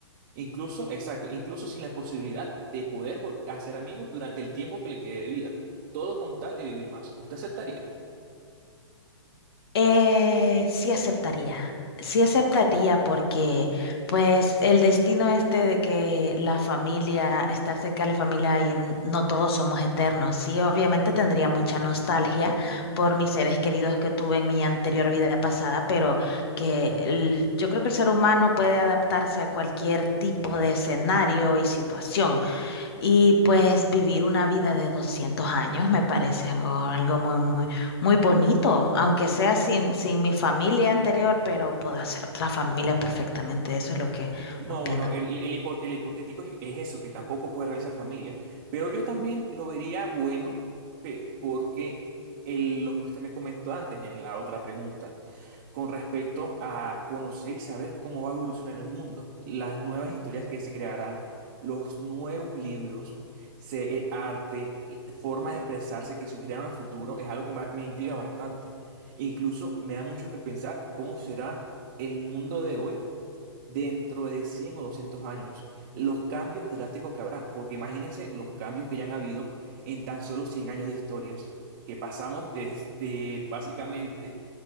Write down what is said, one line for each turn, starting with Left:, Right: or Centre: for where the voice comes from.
Right: Incluso, exacto, incluso sin la posibilidad de poder vol- hacer amigos durante el tiempo que le quede de vida. Todo con tal de vivir más. ¿Usted aceptaría?
Left: Eh, sí aceptaría, sí aceptaría porque pues el destino este de que la familia, estar cerca de la familia y n- no todos somos eternos, sí, obviamente tendría mucha nostalgia por mis seres queridos que tuve en mi anterior vida pasada, pero que el- yo creo que el ser humano puede adaptarse a cualquier tipo de escenario y situación. Y pues vivir una vida de 200 años me parece algo, algo muy, muy, muy bonito, aunque sea sin, sin mi familia anterior, pero puedo hacer otra familia perfectamente. Eso es lo que
Right: No,
Left: opino.
Right: bueno, el, el, hipo- el hipotético es, es eso, que tampoco puede realizar familia. Pero yo también lo vería bueno, pe- porque el- lo que usted me comentó antes en la otra pregunta. con respecto a conocer y saber cómo va a evolucionar el mundo, las nuevas historias que se crearán, los nuevos libros, se- eh, arte, eh, forma de expresarse que surgirán al futuro, es algo que ma- me intriga bastante. E incluso me da mucho que pensar cómo será el mundo de hoy dentro de 100 o 200 años, los cambios drásticos que habrán, porque imagínense los cambios que ya han habido en tan solo 100 años de historias, que pasamos desde básicamente